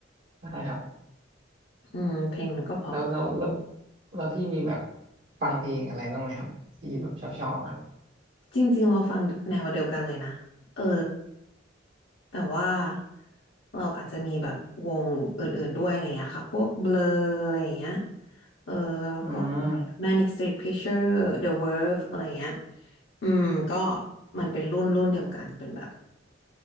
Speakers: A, on the right; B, on the left.
A: ใช่ครับ
B: อืมเพลงมันก็เพราะ
A: แล้วแล้วแล้วแล้วพี่มีแบบฟังเพลงอะไรบ้างไหมครับที่แบบชอบชอบครับ
B: จริงๆเราฟังแนวเดียวกันเลยนะเออแต่ว่าเราอาจจะมีแบบวงอื่นๆด้วยอะไรเงี้ยค่ะพวก Blur อะไรเงี้ยเออแล้วก็
A: อืม
B: Manic Street Preacher The Verve อะไรเงี้ยอืมก็มันเป็นรุ่นรุ่นเดียวกันเป็นแบบ